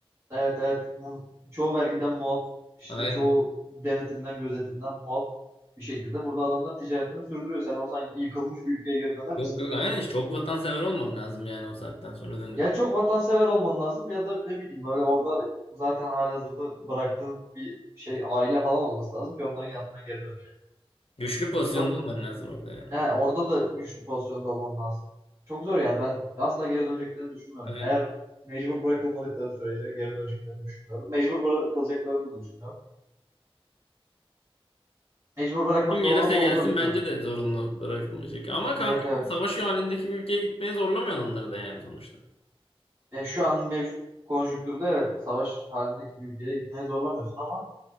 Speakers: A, on the right; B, on the left.
A: Evet evet. Bu Çoğu vergiden muaf, işte
B: Aynen.
A: çoğu denetimden, gözetimden muaf bir şekilde burada adamlar ticaretini sürdürüyor. Sen olsan yıkılmış bir ülkeye geri döner
B: Yok
A: misin?
B: yok aynen hiç çok vatansever olmam lazım yani o saatten sonra döndük.
A: Ya çok vatansever olman lazım ya da ne bileyim böyle orada zaten halihazırda bıraktığın bir şey aile falan olması lazım ki onların yanına geri dön yani.
B: Güçlü pozisyonda
A: Çok
B: olman lazım orada yani.
A: yani orada da güçlü pozisyonda olman lazım. Çok zor yani ben asla geri döneceklerini düşünmüyorum.
B: Aynen.
A: Eğer mecbur bırakılmadıkları sürece geri döneceklerini düşünmüyorum. Mecbur bırakılacaklarını da düşünmüyorum. Mecbur bırakmak
B: Kim
A: doğru
B: gelirse
A: mu onu
B: gelsin
A: da bilmiyorum.
B: bence de zorunlu bırakılmayacak. Ama kanka
A: Evet evet.
B: savaş halindeki bir ülkeye gitmeye zorlamıyorsun onları da yani sonuçta.
A: E, şu an mevcut konjüktürde evet savaş halindeki bir ülkeye gitmeye zorlamıyorsun ama